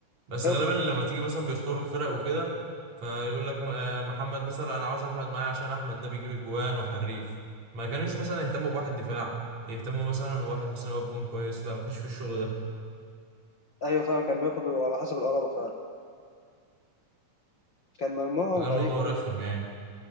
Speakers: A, on the right (about 60°); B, on the left (about 45°).
A: بس
B: هياخد
A: غالبا لما تيجي مثلا بيختاروا الفرق وكده فيقول لك م- آه، محمد مثلا انا عاوز احمد معايا عشان احمد ده بيجيب جوان وحريف ما كانوش مثلا يهتموا بواحد دفاع يهتموا مثلا الواحد مثلا يقف جون كويس لا ما كانش في الشغل ده
B: أيوة فعلا كان بياخدوا على حسب القرابة فعلا كان مجموعهم
A: فكان
B: غريب
A: الموضوع
B: أوي
A: رخم يعني